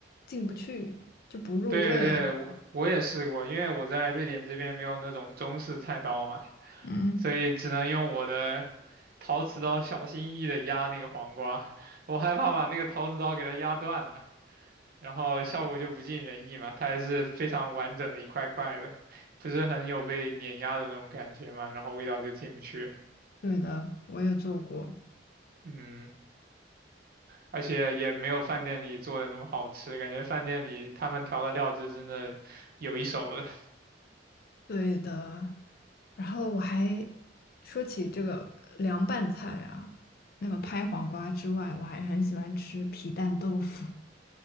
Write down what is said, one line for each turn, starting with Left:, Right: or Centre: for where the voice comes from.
Left: 进不去，就不入味。
Right: 对对，我我也试过，因为我在瑞典这边没有那种中式菜刀嘛，
Left: 嗯。
Right: 所以只能用我的陶瓷刀小心翼翼的压那个黄瓜，我害怕把那个陶瓷刀给它压断了，然后效果就不尽人意嘛，它还是非常完整的一块块的，不是很有被碾压的那种感觉嘛，然后味道就进不去，
Left: 对的，我也做过。
Right: 嗯，而且也没有饭店里做的那么好吃，感觉饭店里他们调的料汁真的有一手的。
Left: 对的，然后我还说起这个凉拌菜啊，那个拍黄瓜之外，我还很喜欢吃皮蛋豆腐。